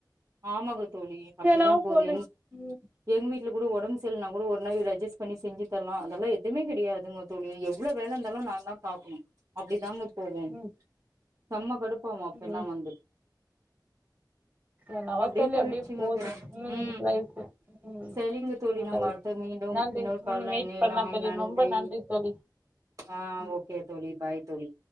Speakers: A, on the right; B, on the right.
A: ஆமாங்க தோழி அப்டிதாபோது
B: என்னவோ போது
A: எங்
B: ம்
A: எங் வீட்ல கூட ஒடம்பு சல்னா கூட ஒரு நாள் இவர் அஜ்ஜஸ்ட் பண்ணி செஞ்சு தர்லா அதெல்லா எதுமே கெடையாது தோழி எவ்ளோ வேலந்தாலு நா தா பாக்கணு அப்டி தாங்க தோழி
B: ம்
A: செம்ம கடுப்பாவு அப்பெல்லா
B: ம்
A: வந்து
B: என்னவோ
A: அப்டியே
B: தோழி
A: போயிட்ச்சுங்க
B: போது
A: தோழி
B: ம் லைஃப் ம்
A: செரிங்க தோழி
B: நல்ல
A: நம்ப
B: விஷயம்
A: அடு மீண்டும்
B: நன்றி
A: இன்னொரு கால்ல
B: ம் மீட்
A: இணையலாம்
B: பண்ணலாம் தோழி
A: நன்றி
B: ரொம்ப தோழி
A: ஆஹ் ஓகே தோழி பாய் தோழி